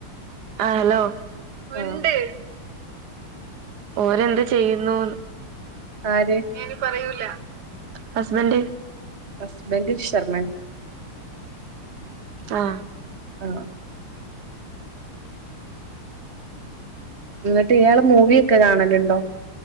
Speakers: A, on the right; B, on the right.
A: ആ ഹലോ മിണ്ട്
B: ആ
A: ഓരെന്ത് ചെയ്യുന്നു?
B: ആര്?
A: ഞാൻ ഇനി പറയൂല. ഹസ്ബൻറ്.
B: ഹസ്ബൻറ് ശർമ്മൻ.
A: ആ
B: <inaudible> ന്ന്ട്ട് ഇയാള് മൂവിഒക്കെ കാണല്ണ്ടോ